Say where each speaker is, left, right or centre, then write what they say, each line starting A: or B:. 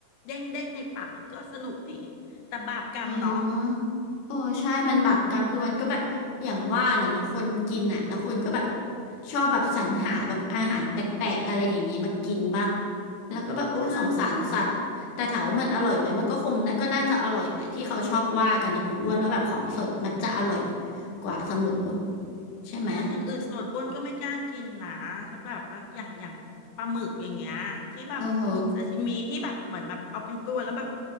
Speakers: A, on the left; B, on the left.
A: เด้งเด้งในปากมันก็สนุกดีแต่บาปกรรมเนาะ
B: อืมโอ้ใช่มันบาปกรรมคือมันก็แบบอย่างว่าแหละเนาะคนกินอ่ะแล้วคนก็แบบชอบแบบสรรหาแบบอาหารแปลกๆอะไรอย่างนี้มากินปะแล้วก็แบบโอ้สงสารสัตว์แต่ถามว่ามันอร่อยไหมมันก็คงน่ะก็น่าจะอร่อยแหละที่เขาชอบว่ากันนะคุณอ้วนว่าแบบของสดมันจะอร่อย
A: ใช่
B: กว่าเสมอใช่ไหม
A: แต่อย่างอื่นสดอ้วนก็ไม่กล้ากินนะถ้าแบบว่าอย่างอย่างปลาหมึกอย่างเงี้ยที่แบบหมึกซาชิมิที่แบบเหมือนแบบเอาเป็นตัวแล้วแบบ
B: โอ้โห